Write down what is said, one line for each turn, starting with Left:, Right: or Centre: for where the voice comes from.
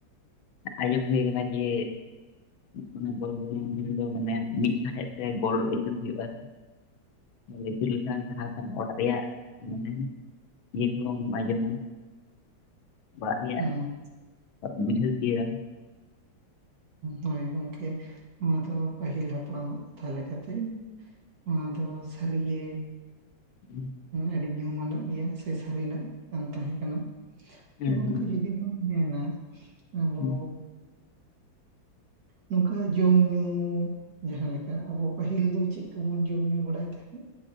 Left: ᱟᱡᱚᱢ ᱦᱳᱭ ᱟᱠᱟᱱᱟ ᱡᱮ ᱚᱱᱟ ᱜᱚᱞ <unintelligible> ᱫᱚ ᱢᱟᱱᱮ ᱢᱤᱫ ᱥᱟᱦᱮᱫ ᱛᱮ ᱜᱚᱞ ᱟᱹᱪᱩᱨ ᱦᱩᱭᱩᱜᱼᱟ ᱟᱹᱪᱩᱨ ᱞᱮᱠᱷᱟᱱ ᱠᱷᱟᱱ ᱚᱲᱟᱜ ᱨᱮᱭᱟᱜ ᱢᱟᱱᱮ ᱤᱭᱟᱹ ᱠᱚᱦᱚᱢ ᱟᱸᱡᱚᱢᱟ ᱚᱲᱟᱜ ᱨᱮᱭᱟᱜ
Right: ᱩᱸ
Left: ᱵᱩᱡᱷᱟᱹᱣ ᱜᱮᱭᱟᱢ
Right: ᱦᱳᱭ ᱜᱚᱢᱠᱮ ᱱᱚᱣᱟ ᱫᱚ ᱯᱟᱹᱦᱤᱞ ᱦᱟᱯᱲᱟᱢᱟᱜ ᱠᱟᱛᱷᱟ ᱞᱮᱠᱟᱛᱮ ᱱᱚᱣᱟ ᱫᱚ ᱥᱟᱹᱨᱜᱮ
Left: ᱦᱩᱸ
Right: ᱟᱹᱰᱤ ᱧᱩᱢᱟᱱᱟᱜ ᱜᱮᱭᱟ ᱥᱮ ᱥᱟᱹᱨᱤᱱᱟᱜ ᱜᱮ ᱠᱟᱱ ᱛᱟᱦᱮᱸ ᱠᱟᱱᱟ ᱟᱫᱚ
Left: ᱦᱩᱸ
Right: ᱜᱚᱝᱠᱮ ᱡᱩᱫᱤ ᱵᱚᱱ ᱢᱮᱱᱟ ᱟᱵᱚ
Left: ᱦᱩᱸ
Right: ᱱᱚᱝᱠᱟ ᱡᱚᱢ ᱧᱩ ᱡᱟᱦᱟᱸᱮ ᱞᱮᱠᱟ ᱟᱵᱚ ᱯᱟᱹᱦᱤᱞ ᱫᱚ ᱪᱮᱫ ᱠᱚᱵᱚᱱ ᱡᱚᱢ ᱧᱩ ᱵᱟᱲᱟᱭ ᱛᱟᱦᱮᱸᱫ